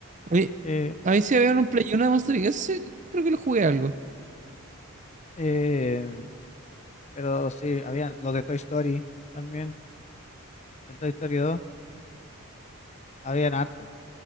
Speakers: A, on the right (about 35°); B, on the left (about 30°).
A: A mí,
B: que,
A: a mí sí había un Play uno de Monster Inc. Ese sí, creo que lo jugué algo.
B: eh, pero sí, habían los de Toy Story también, el Toy Story 2, habían harto.